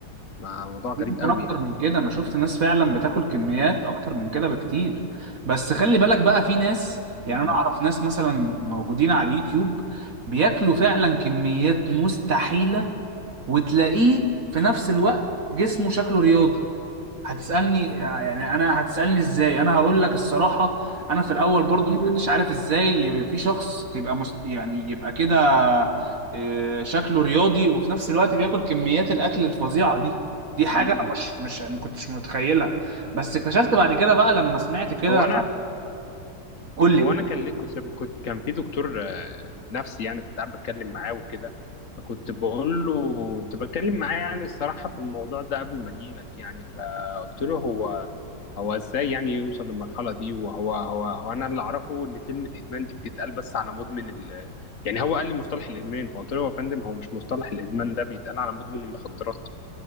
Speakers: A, on the left (about 50°); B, on the right (about 50°).
A: ما موضوع غريب
B: ممكن
A: قوي
B: أكتر
A: يعني
B: من كده أنا شفت ناس فعلا بتاكل كميات أكتر من كده بكتير بس خلي بالك بقى في ناس يعني
A: امم
B: أنا أعرف ناس مثلا موجودين على اليوتيوب بياكلوا فعلا كميات مستحيلة وتلاقيه في نفس الوقت جسمه شكله رياضي هتسألني يعني انا هتسألني ازاي انا هقول لك الصراحة انا في الاول برضو ما كنتش مم. عارف ازاي يبقى في شخص تبقى مست... يعني يبقى كده آه، شكله رياضي وفي نفس الوقت بياكل كميات الاكل الفظيعة دي دي حاجة
A: امم
B: انا مش مش ما كنتش متخيلها بس اكتشفت بعد كده بقى لما سمعت كده
A: هو انا
B: قول
A: هو
B: لي
A: انا كان ليه كنت كنت كان في دكتور آه، نفسي يعني كنت قاعد بتكلم معاه وكده فكنت بقول له كنت بتكلم معاه يعني الصراحه في الموضوع ده قبل ما اجي لك يعني فقلت له هو هو ازاي يعني يوصل للمرحله دي وهو هو هو انا اللي اعرفه ان كلمه ادمان دي بتتقال بس على مدمن ال يعني هو قال لي مصطلح الادمان فقلت له يا فندم هو مش مصطلح الادمان ده بيتقال على مدمن المخدرات